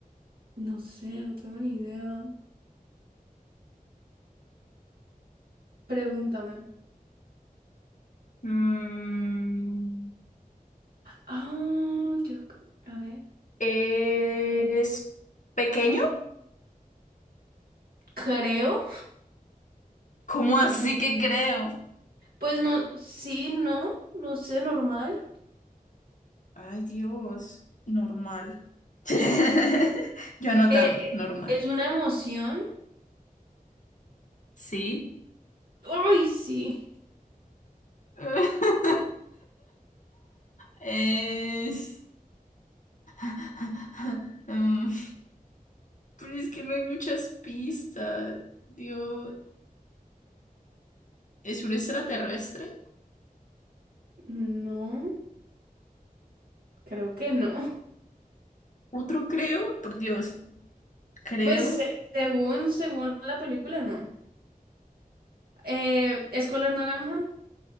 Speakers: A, on the right; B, on the left.
A: no sé, no tengo ni idea. Pregúntame.
B: Mm,
A: Ah, yo, c- a ver.
B: ¿es pequeño?
A: Creo.
B: ¿Cómo así que creo?
A: Pues no, sí, no, no sé, normal.
B: Ay, Dios. Normal. <laughs> Yo anotando,
A: Eh, eh,
B: normal.
A: ¿es una emoción?
B: Sí.
A: ¡Ay, sí!
B: <laughs> Es... <laughs> Mm, Pero es que no hay muchas pistas. Dios, ¿es un extraterrestre?
A: No, creo que no. <laughs>
B: Otro creo, por Dios, creo.
A: Pues se- según, según la película, no. Eh, ¿es color naranja?